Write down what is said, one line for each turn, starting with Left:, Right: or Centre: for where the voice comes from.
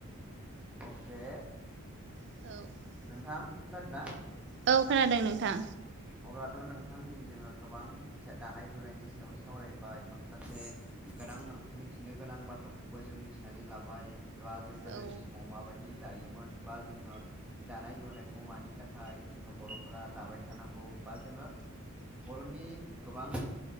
Centre: अखे
Right: <inaudible>
Centre: नोंथां
Right: औ खोनादों नोंथां
Centre: औ खोनादों अब्लाथ' नोंथां दिनै जोङो गोबां दानाय लुनायनि सायाव सावरायबाय माखासे गोनां मिथिनो गोनां बाथ्राखौबो जों मिथिनानै लाबाय दा जों गोदोनि
Right: औ
Centre: समाव माबायदि दायोमोन बा जोङो दानाय लुनायखौ मानि थाखाय जोङो बर फोरा दाबाय थानांगौ बा जोङो बरनि गोबां